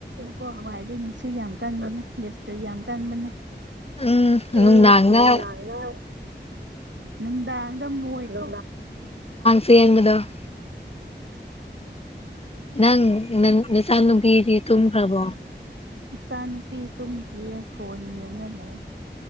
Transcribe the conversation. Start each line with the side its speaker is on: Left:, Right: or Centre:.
Right: ꯀꯣ ꯍꯋꯥꯏꯗꯤꯩ ꯅꯨꯡꯁꯤꯠ ꯌꯥꯝ ꯀꯟꯕꯅꯦ ꯖꯁꯇ ꯌꯥꯝ ꯀꯟꯕꯅꯦ
Left: ꯎꯝ
Right: ꯎꯝ
Left: ꯅꯨꯡꯗꯥꯡꯗ
Right: ꯎꯝ ꯅꯥꯟꯗ ꯅꯨꯡꯗꯥꯗ ꯃꯣ ꯏꯇ
Left: ꯁꯤꯃꯤꯗ ꯅꯪ ꯅꯆꯥꯅꯨꯄꯤꯗꯤ ꯇꯨꯝꯈ꯭ꯔꯕꯣ
Right: ꯏꯆꯥꯅꯨꯄꯤ ꯇꯨꯝꯗ꯭ꯔꯤꯦ ꯐꯣꯟ ꯌꯦꯡꯍꯂ